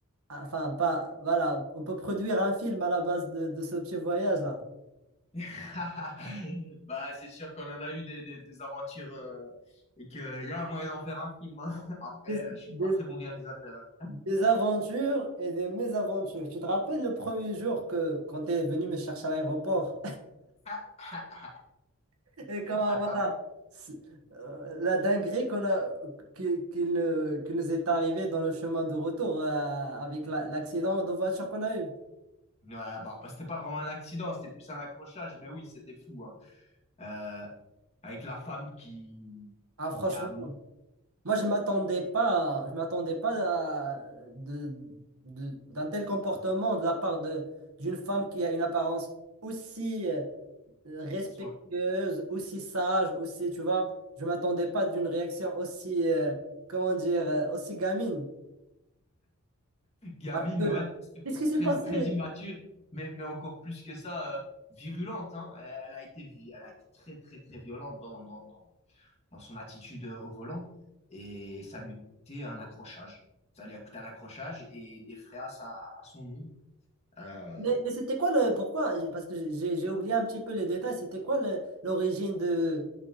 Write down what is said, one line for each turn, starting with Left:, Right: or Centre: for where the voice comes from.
Right: enfin, pas, voilà, on peut produire un film à la base de, de ce petit voyage-là.
Left: <laughs> bah, c'est sûr qu'on en a eu des, des, des aventures euh, et qu'il y a un moyen d'en faire un film. hein. <laughs> Après,
Right: Des,
Left: euh, je suis
Right: des-
Left: pas très bon réalisateur. hein.
Right: des aventures et des mésaventures. Tu te rappelles le premier jour que, quand tu es venu me chercher à l'aéroport
Left: <laughs>
Right: <laughs> et quand,
Left: Attends,
Right: voilà, c'est- euh, la dinguerie qu'on a, qui, qui ne- qui nous est arrivée dans le chemin de retour euh, avec la- l'accident de voiture qu'on a eu.
Left: ouais, bah, bah, c'était pas vraiment un accident, c'était plus un accrochage, mais oui, c'était fou. hein. euh, avec la femme qui,
Right: Ah, franchement.
Left: qui a,
Right: Moi, je m'attendais pas, je m'attendais pas à, de, de- d'un tel comportement de la part de, d'une femme qui a une apparence aussi euh, respectueuse,
Left: soit,
Right: aussi sage, aussi, tu vois, je m'attendais pas d'une réaction aussi, euh, comment dire, euh, aussi gamine.
Left: gamine,
Right: Parce que,
Left: ouais, c'est
Right: qu'est-ce qui s'est
Left: très,
Right: passé?
Left: très immature, mais, mais encore plus que ça, euh, virulente, hein. Elle a été, vi- elle a été très, très, très violente dans, dans, dans, dans son attitude euh, au volant et ça lui a coûté un accrochage. Ça lui a coûté un accrochage et des fréas à, à son nom. Euh,
Right: Mais, mais c'était quoi le, pourquoi? Parce que j'ai j'ai oublié un petit peu les détails. C'était quoi le- l'origine de,